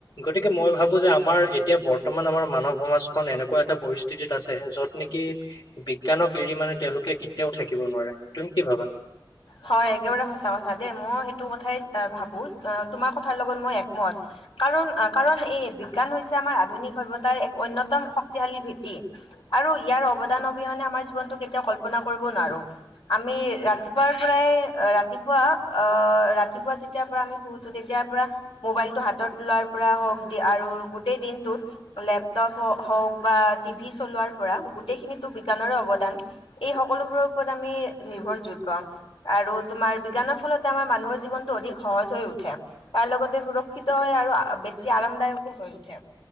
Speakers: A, on the left (about 60°); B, on the left (about 85°).
A: গতিকে মই ভাবোঁ যে আমাৰ এতিয়া বৰ্তমান আমাৰ মানৱ সমাজখন এনেকুৱা এটা পৰিস্থিতিত আছে য'ত নেকি কি বিজ্ঞানক এৰি মানে তেওঁলোকে কেতিয়াও থাকিব নোৱাৰে, তুমি কি ভাবা?
B: হয় একেবাৰে সঁচা কথা দেই, মই সেইটো কথাই ভাবো তোমাৰ কথাৰ লগত মই একমত কাৰণ কাৰণ এই বিজ্ঞান হৈছে আমাৰ আধুনিক সভ্তাৰ এক অন্যতম শক্তিশালী ভেটি আৰু ইয়াত অৱদান অহনে আমাৰ জীৱন টো কেতিয়াও কল্পনা কৰিব নোৱাৰো। আমি ৰাতিপুৱাৰ পৰাই আ, ৰাতিপুৱা আ, ৰাতিপুৱা যেতিয়াৰ পৰা আমি শুই উঠোঁ তেতিয়া পৰা মোবাইল টো হাতত তলোৱাৰ পৰা হওক দি আৰু গো গোটেই দিনটোত লেপটপ হওক বা টিভি চলোৱাৰ পৰা গোটেইখিনিতো বিজ্ঞানৰ অৱদান। এই সকলোবোৰৰ ওপৰত আমি নিৰ্ভৰযোগ্য আৰু তোমাৰ বিজ্ঞানৰ ফলতে আমাৰ মানুহৰ জীৱনটো অধিক সহজ হৈ উঠে। তাৰ লগতে সুৰক্ষিত হয় আৰু বেছি আৰৰামদায়কো হৈ উঠে।